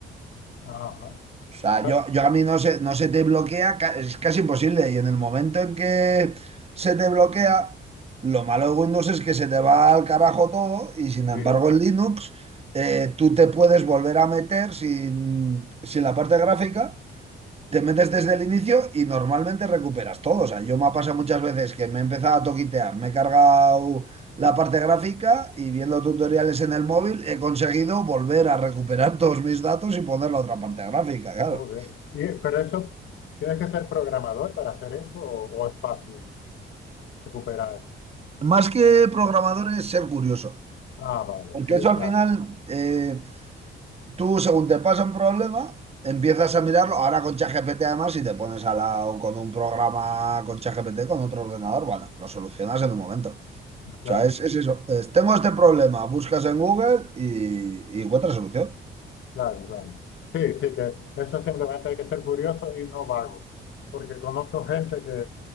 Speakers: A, on the left; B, on the right.
A: Ajá.
B: O sea,
A: Ta-
B: yo, yo a mí no se, no se te bloquea, ca- es casi imposible. Y en el momento en que se te bloquea, lo malo de Windows es que se te va al carajo todo y sin embargo
A: Sí,
B: en Linux eh, tú te puedes volver a meter sin, sin la parte gráfica, te metes desde el inicio y normalmente recuperas todo. O sea, yo me ha pasado muchas veces que me he empezado a toquitear, me he cargado la parte gráfica y viendo tutoriales en el móvil he conseguido volver a recuperar <laughs> todos mis datos y poner la otra parte gráfica, claro.
A: joder. Y- pero eso, ¿tienes que ser programador para hacer eso o o es fácil recuperar?
B: Más que programadores ser curioso,
A: Ah, vale,
B: porque
A: sí,
B: eso
A: o sea,
B: al final, eh, tú según te pasa un problema, empiezas a mirarlo, ahora con ChatGPT además, si te pones al lado con un programa con ChatGPT, con otro ordenador, bueno, lo solucionas en un momento. O
A: claro,
B: sea, es, es eso, es, tengo este problema, buscas en Google y, y encuentras solución.
A: claro, claro. Sí, sí, que eso simplemente hay que ser curioso y no vago, porque conozco gente que,